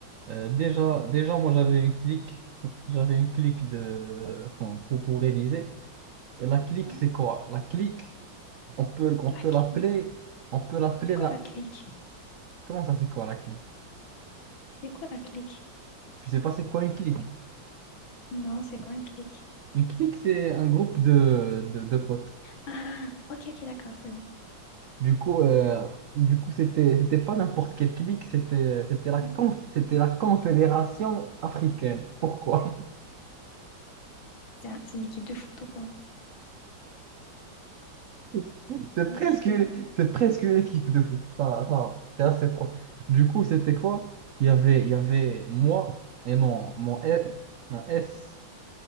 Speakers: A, on the right; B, on the left.
A: euh, déjà, déjà, moi, j'avais une clique, <laughs> j'avais une clique de, euh, qu'on- pour, pour réviser. Et la clique,
B: Non,
A: c'est quoi? La clique, on peut, on peut
B: La clique.
A: l'appeler, on peut l'appeler
B: C'est quoi
A: la...
B: la clique?
A: Comment ça, c'est quoi la clique?
B: C'est quoi la clique?
A: Tu sais pas, c'est quoi une clique?
B: Non, c'est quoi une clique?
A: Une clique, c'est un groupe de, de, de potes.
B: Ah, ok, ok, d'accord, c'est bon.
A: Du coup, euh, du coup, c'était, c'était pas n'importe quelle clique, c'était, c'était la
B: Mhm.
A: conf- c'était la Confédération africaine. Pourquoi?
B: C'est un- c'est une équipe de foot ou pas?
A: <laughs> C'est
B: Ok,
A: presque, une- c'est presque une équipe de foot. Ça, ça, c'est assez propre. Du coup, c'était quoi? Il y avait, il y avait moi et mon, mon S, un S.